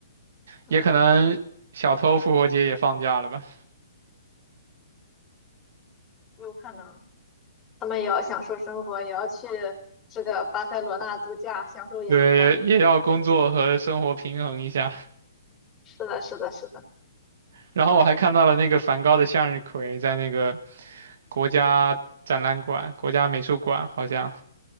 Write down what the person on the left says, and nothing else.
<laughs> 嗯，
有可能他们也要享受生活，也要去这个巴塞罗那度假，享受阳光。
是的，是的，是的。